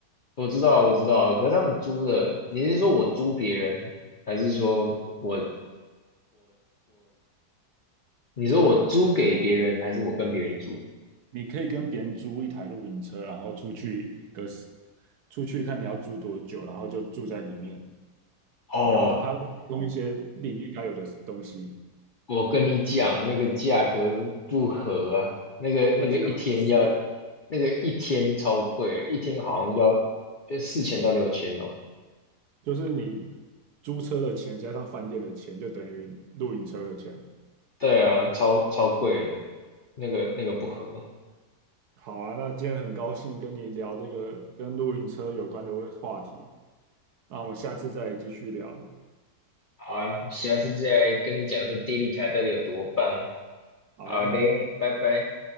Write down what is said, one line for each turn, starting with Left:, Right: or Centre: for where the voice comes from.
Left: 我知道啊，我知道啊，可是他们租的，你是说我租别人，还是说我，你说我租给别人，还是我跟别人租？
Right: 你可以跟别人租一台露营车，然后出去个十，出去看你要租多久，然后就住在里面，
Left: 哦，
Right: 然后它会提供一些里面该有的东西。
Left: 我跟你讲，那个价格不合啊，那个那个一天要，
Right: 我记得好像是
Left: 那个一天超贵，一天好像要呃四千到六千哦。
Right: 就是你租车的钱加上饭店的钱，就等于露营车的钱。
Left: 对啊，超超贵了，那个那个不合。
Right: 好啊，那今天很高兴跟你聊这个跟露营车有关的话题，那我们下次再继续聊，
Left: 好啊，下次再来跟你讲说电力卡到底有多棒。
Right: 好啊。
Left: 好嘞，拜拜。